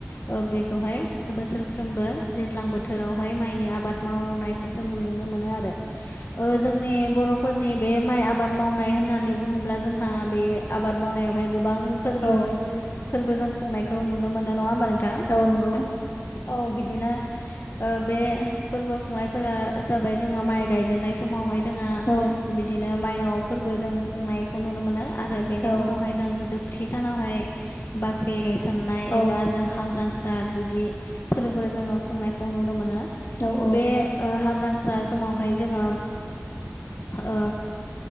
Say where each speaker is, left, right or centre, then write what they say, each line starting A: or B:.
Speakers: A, on the left; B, on the left.
A: ओ बेखौहाय बोसोरफ्रोमबो दैज्लां बोथोरावहाय माइनि आबाद मावनायखौ जोङो नुनो मोनो। आरो ओ जों नि बर'फोरनि बे माइ आबाद मावनाय होननानै बुङोब्ला जोंहा बे आबाद मावनायावहाय गोबां फोरबो
B: औ
A: फोरबो जों खुंनायखौ नुनो मोनो नङा होमबा नोंथां।
B: औ औ नंगौ।
A: औ बिदिनो ओ बे फोरबो खुंनायफोरा जाबाय जोङो माइ गायजेननाय स मावहाय जोङो
B: औ
A: बिदिनो मायनाव फोरबो जों खुंनायखौ नुनो मोनो आरो बेनि
B: औ
A: उनावहाय जों जोबथि सानावहाय बाख्रि गायसन नाय
B: औ
A: एबा जों हाल जांख्रा बिदि फोरबो जोंङो खुंनायखौ नुनो मोनो।
B: औ
A: बे ओ हाल जांख्रा समावहाय जोंङो ओ